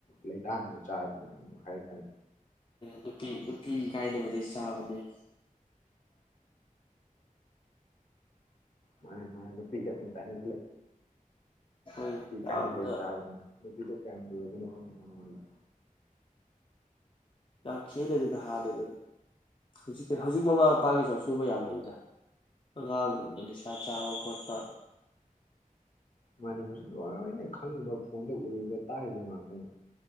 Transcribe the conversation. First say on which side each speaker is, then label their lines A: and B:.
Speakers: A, on the left; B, on the left.
A: ꯂꯩꯇꯥꯅꯕ ꯆꯥꯔꯕꯅꯦ <unintelligible> ꯍꯥꯏꯔꯛꯀꯅꯤ
B: ꯅꯨꯄꯤ ꯅꯨꯄꯤ ꯀꯥꯏꯗꯕꯗꯩ ꯆꯥꯕꯗꯩ
A: ꯃꯥꯅꯤ ꯃꯥꯅꯤ <unintelligible> ꯅꯨꯄꯤ
B: ꯍꯣꯏ
A: ꯀꯥꯏꯅꯕꯩ
B: ꯌꯥꯝꯅ
A: ꯆꯕꯅꯦ ꯅꯄꯤꯗꯣ ꯀꯌꯥꯝ ꯂꯨꯔꯕꯅꯣ ꯈꯪꯗꯦ ꯃꯥꯏ <unintelligible>
B: ꯌꯥꯝ ꯈꯦꯅꯗꯤꯗ ꯍꯥꯟꯅꯗꯗꯤ ꯍꯧꯖꯤꯛ ꯍꯧꯖꯤꯛ ꯃꯃꯥ ꯃꯄꯥꯒꯤꯁꯨ ꯑꯁꯨꯣꯏꯕ ꯌꯥꯝ ꯂꯩꯗ ꯑꯉꯥꯡꯅ ꯅꯤꯁꯥ ꯆꯥꯕ ꯈꯣꯠꯄ
A: ꯃꯥꯅꯤ ꯍꯧꯖꯤꯛ ꯂꯣꯏꯅ ꯈꯪꯕ ꯐꯣꯟꯗ ꯎꯔꯤꯕ ꯇꯥꯔꯤꯕ ꯉꯥꯛꯇꯅꯤ꯫